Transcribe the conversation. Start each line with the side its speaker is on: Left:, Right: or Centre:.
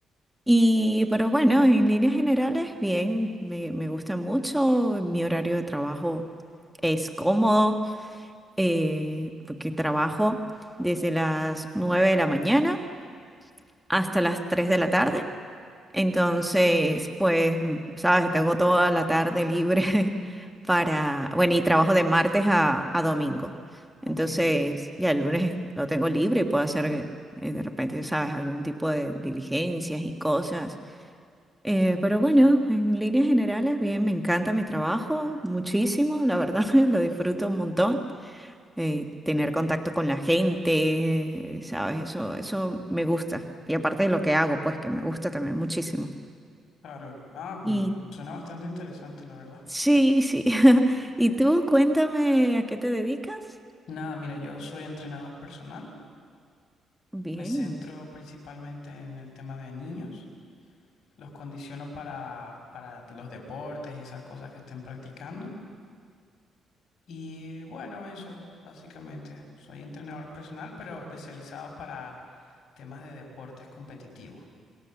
Centre: Y, pero bueno, en líneas generales, bien, me, me gusta mucho, mi horario de trabajo es cómodo, eh, porque trabajo desde las 9 de la mañana hasta las 3 de la tarde. Entonces, pues, mm, sabes, tengo toda la tarde libre <laughs> para, bueno, y trabajo de martes a, a domingo.
Left: ok,
Centre: Entonces, ya el lunes lo tengo libre y puedo hacer, eh, de repente, sabes, algún tipo de diligencias y cosas eh, pero bueno, en líneas generales, bien, me encanta mi trabajo muchísimo, la verdad, <laughs> lo disfruto un montón. Eh, tener contacto con la gente, eh, ¿sabes? Eso, eso me gusta. Y aparte de lo que hago, pues que me gusta también muchísimo.
Left: claro. Ah, pues
Centre: Y
Left: suena bastante interesante, la verdad.
Centre: sí, sí. <laughs> ¿Y tú, cuéntame a qué te dedicas?
Left: Nada, mira, yo soy entrenador personal.
Centre: Bien.
Left: Me centro principalmente en el tema de niños. Los condiciono para, para los deportes y esas cosas que estén practicando. Y bueno, eso, básicamente. Soy entrenador personal, pero especializado para temas de deportes competitivos.